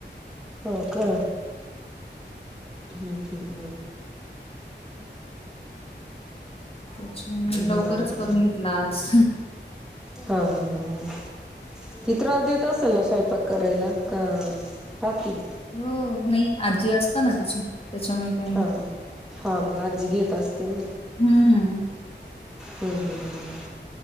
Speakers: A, in the centre; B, on the left (about 30°).
A: हो का! मग
B: अच्छा! म हे लवकरच
A: मग आता
B: करून घेतल आज.
A: हा हा हा हा. ती त्रास देत असंल ना स्वय पाक करायला का राहती.
B: हो नाही, आज्जी असता ना तिच्या. त्याच्यामुळे काही
A: हा,
B: नाही
A: हा मग, आज्जी घेत असतील ना?
B: हम्म
A: हम्म हम्म! ह ह